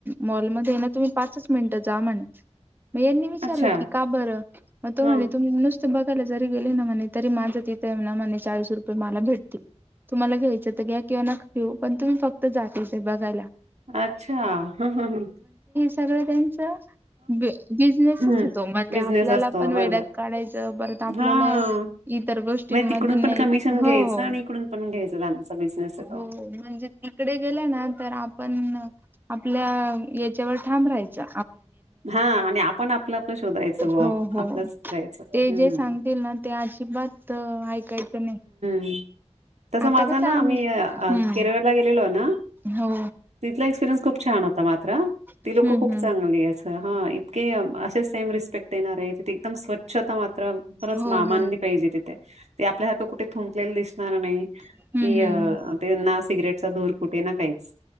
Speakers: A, on the right (about 15°); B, on the right (about 70°).
A: मॉलमध्ये ए ना तुम्ही पाचच मिनिटं जा म्हणे. म यांनी विचारलं
B: अच्छा,
A: की का बरं, म तो
B: हां,
A: म्हणे तुम्ही नुस् तुम्हाकले जाय ते गेले न म्हणे तरी माझं तिथे ना मने चाळीस रुपये मला भेटतील. तुम्हाला घ्यायचेत घ्या किंवा नक घीऊ, पण तुम्ही फक्त त जाते ते बघायला.
B: आच्छा हं-हं-हं
A: सगळेजण च्या बिजनेसच
B: हं,
A: ए तो म
B: बिझनेस
A: ते आपल्याला
B: असतो
A: पण वेड्यात
B: बरोबर.
A: काढायचं. परत आप आपल्याला
B: हां,
A: इतर गोष्टींमध्ये
B: म्हणजे तिकडून
A: नाहीच,
B: पण कमिशन घ्यायचं
A: हो-हो
B: आणि इकडून पण घ्यायचं त्यांचा बिझनेस आहे
A: हो
B: तो.
A: म्हणजे तिकडे गेल्या ना तर आपण आपल्या याच्यावर ठाम राहायचं.
B: हां, आणि आपण आपलं आपलं शोधायचं बा.
A: हो हो
B: आपलंच करायचं
A: ते
B: हं.
A: जे सांगतील ना ते अजिबात ऐकायचं नाही.
B: <inaudible> तसं
A: आता
B: माझा
A: कसं
B: ना
A: आम
B: मी अ
A: हम्म
B: केरळला गेलेलो ना
A: हो
B: तिथला एक्सपिरियन्स खूप छान होता मा त्र ती
A: हम्म
B: लोकं खूप
A: हम्म
B: चांगली आस् हां इतके असेस. टेमरिस्पेक्ट देणारेत, एकदम स्वछ शतमात्र खरंच
A: हो
B: ना मानली
A: हो
B: पाहिजे तिथे, ते आपल्यासारखं कु ते थुंकलेल दिसणार नाही.
A: हम्म
B: कीय,
A: हम्म हम्म
B: तेना सिगरेटचा धूर कुठे ना काहीच.